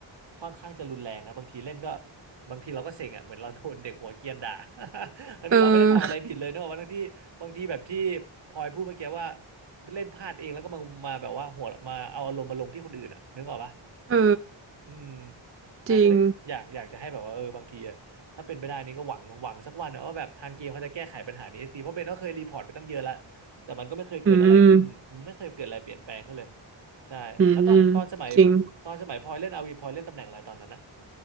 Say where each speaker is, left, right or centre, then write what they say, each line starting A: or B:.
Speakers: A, on the right; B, on the right.
A: ค่อนข้างจะรุนแรงนะบางทีเล่นก็บางทีเราก็เซ็งอ่ะเหมือนเราโดนเด็กหัวเกรียนด่า <laughs> ทั้งที่เราไม่ได้ทำอะไรผิดเลยเนอะบางที่บางทีแบบที่
B: เออ
A: พลอยพูดเมื่อกี้ว่าเล่นพลาดเองแล้วก็มามาแบบว่าหัวมาเอาอารมณ์มาลงที่คนอื่นอ่ะนึกออกปะ
B: เออ
A: อืมใช่ก็เลยอยากอยากจะให้แบบว่าเออบางทีอะถ้าเป็นไปได้นี่ก็หวังหวังสักวันนะว่าแบบทางเกมเขาจะแก้ไขปัญหานี้สักทีเพราะเบนก็เคยรีพอร์ตไปตั้งเยอะแล้ว
B: จริง
A: แต่มันก็ไม่เคยเกิดอะไรขึ้นไม่เคยเกิดอะไรเปลี่ยนแปลงขึ้นเลย
B: อืม
A: ใช่แล้วตอนตอนสมัย
B: อืมจริง
A: ตอนสมัยพลอยเล่นอาวีพลอยเล่นตำแหน่งอะไรตอนนั้นอะ